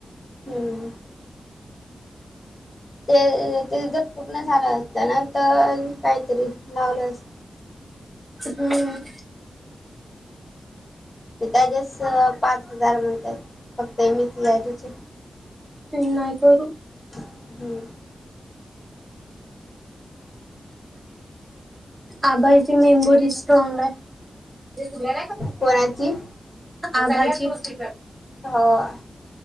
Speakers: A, on the left; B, on the right.
A: हम्. ते ते जर पूर्ण झालं असत ना तर काहीतरी लावलं असत.
B: हम्म.
A: ते त्याच्यास पाच हजार म्हणतात फक्त M S C I T चे.
B: हं नाय करू.
A: हम्म.
B: आबांची मेमबोरी स्ट्रॉग आहे. ते तुला.
A: कोणाची.
B: आभाचीच.
A: होय.